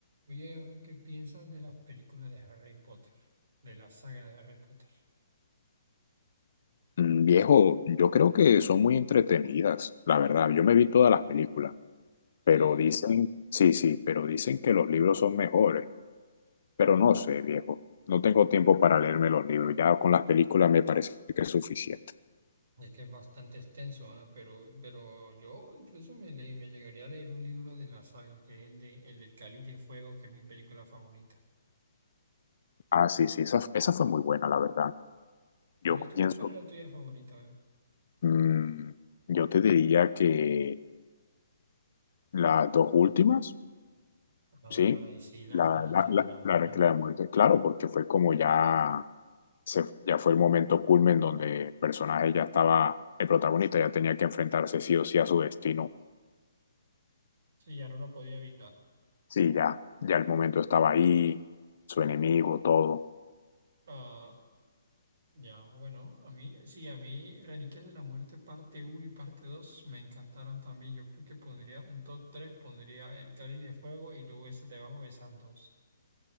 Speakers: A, on the right; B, on the left.
A: Oye, bro, ¿qué piensas de las películas de Harry Potter? De la saga de Harry Potter.
B: Mm, Viejo, yo creo que son muy entretenidas, la verdad. Yo me vi todas las películas,
A: Sí,
B: pero dicen, sí, sí, pero dicen que los libros son mejores. Pero no sé, viejo, no tengo tiempo para leerme los libros. Ya con las películas me parece que es suficiente.
A: es que es bastante extenso, ah, Pero, pero yo incluso me leí, me llegaría a leer un libro de la saga, que es el de el del Cáliz de Fuego, que es mi película favorita.
B: Ah, sí, sí, esa, esa fue muy buena, la verdad. Yo
A: ¿Cuál es tu,
B: pienso,
A: cuál es la tuya favorita? A ver.
B: mm, yo te diría que las dos últimas,
A: Ay,
B: sí,
A: sí, la
B: la,
A: Reliquia
B: la, la,
A: de la Muerte.
B: la, la de la muerte, claro, porque fue como ya. se- ya fue el momento culmen donde el personaje ya estaba, el protagonista ya tenía que enfrentarse sí o sí a su destino.
A: Sí, ya no lo podía evitar.
B: Sí, ya, ya el momento estaba ahí, su enemigo, todo.
A: Ah. Ya, bueno, a mí, sí, a mí Reliquias de la Muerte parte uno y parte 2 me encantaron también. Yo creo que pondría un top 3 pondría El Cáliz de Fuego y luego ese debajo de esas dos.